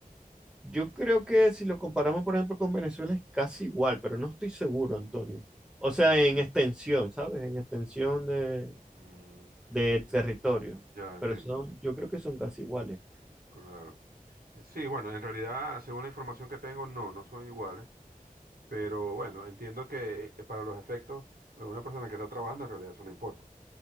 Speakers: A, in the centre; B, on the right.
A: Yo creo que si lo comparamos, por ejemplo, con Venezuela es casi igual, pero no estoy seguro, Antonio. O sea,
B: Mm,
A: en extensión, ¿sabes? En extensión de,
B: Mm,
A: de territorio.
B: ya entiendo,
A: Pero son, yo creo que son casi iguales.
B: claro. Sí, bueno, en realidad, según la información que tengo, no, no son iguales, pero bueno, entiendo que eh, para los efectos, bueno, una persona que está trabajando en realidad eso no importa.